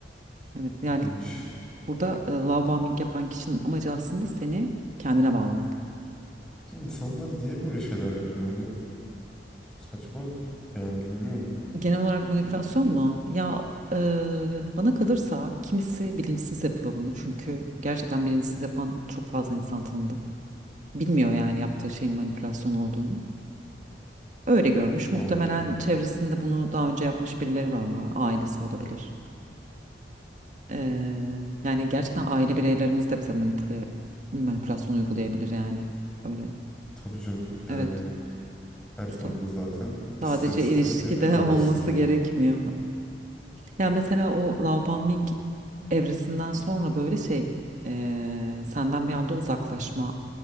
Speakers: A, on the right (about 45°); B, in the centre.
A: Evet yani
B: İlginç.
A: burada e, love bombing yapan kişinin amacı aslında seni kendine bağlamak.
B: Peki insanlar niye böyle şeyler yapıyor? Hani saçma yani bilmiyorum.
A: Genel olarak manipülasyon
B: İ-
A: mu? Ya e, bana kalırsa kimisi bilinçsiz yapıyor bunu. Çünkü gerçekten bilinçsiz yapan çok fazla insan tanıdım. Bilmiyor yani yaptığı şeyin manipülasyon olduğunu. Öyle görmüş.
B: Allah
A: Muhtemelen
B: Allah.
A: çevresinde bunu daha önce yapmış birileri var ama ailesi olabilir. E, yani gerçekten aile bireylerimiz de bize manipüle, manipülasyon uygulayabilir yani. Öyle.
B: Tabii canım yani
A: Evet.
B: her
A: Bu sa-
B: konuda zaten ister
A: Sadece
B: istemez
A: ilişkide
B: yapıyorlar
A: <laughs> olması
B: aslında.
A: gerekmiyor. Ya mesela o Laobanming evresinden sonra böyle şey eee, senden bir anda uzaklaşma